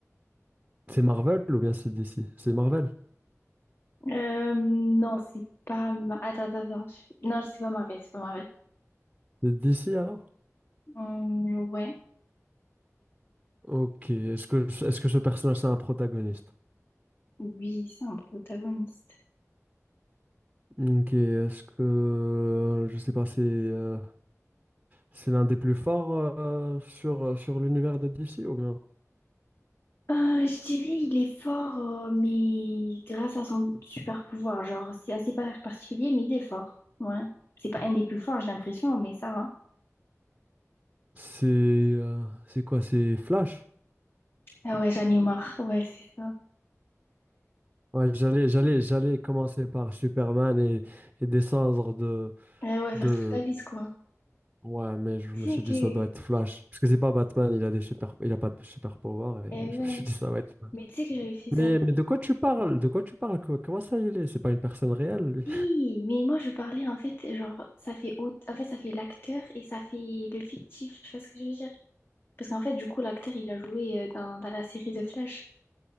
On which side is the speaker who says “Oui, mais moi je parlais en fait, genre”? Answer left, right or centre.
Left